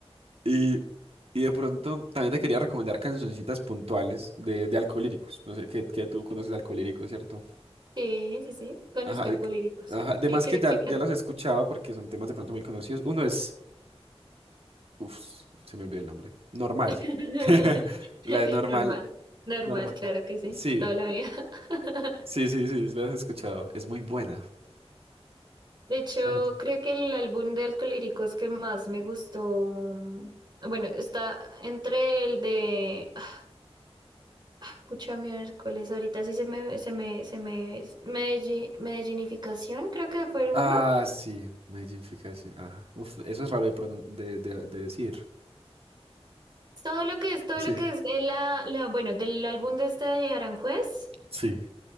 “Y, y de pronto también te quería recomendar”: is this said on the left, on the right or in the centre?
Right